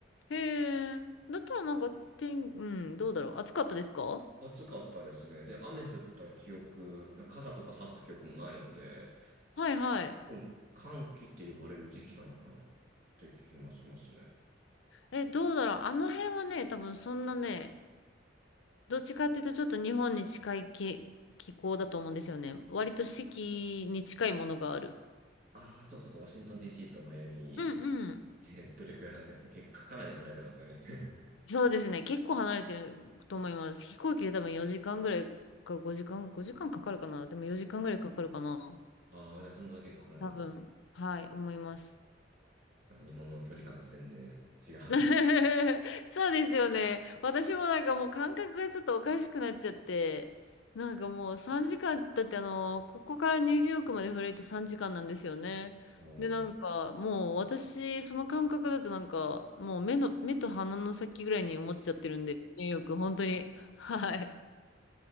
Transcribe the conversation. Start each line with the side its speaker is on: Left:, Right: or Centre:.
Left: へえ。だったらなんか、天、うん、どうだろう。暑かったですか
Right: 暑かったですね。で、雨降った記憶、傘とか差した記憶もないので、
Left: はいはい。
Right: もう寒気って呼ばれる時期なのかなって気もしますね。
Left: え、どうだろう。あの辺はね、多分そんなね、どっちかっていうとちょっと日本に近い気、気候だと思うんですよね。割と四季に近いものがある。
Right: ああ、そうかそうか、ワシントン DC とマイアミ、
Left: うんうん。
Right: えーどれくらい離れてるんですか結構かなり離れてますよね。<laughs>
Left: そうですね。結構離れてると思います。飛行機で多分4時間ぐらいか5時間、5時間かかるかな。でも4時間ぐらいかかるかな。
Right: ああ、じゃあカナダは結構カナダも、
Left: 多分、はい、思います。
Right: なんか日本の距離感だと全然違う。
Left: <laughs> そうですよね。私もなんかもう感覚がちょっとおかしくなっちゃって、なんかもう3時間、だってあの、ここからニューヨークまでフライト3時間なんですよね。
Right: おー
Left: で、なんかもう私、その感覚だとなんか、もう目の、目と鼻の先ぐらいに思っちゃってるんで、ニューヨーク、本当に。<laughs> はい。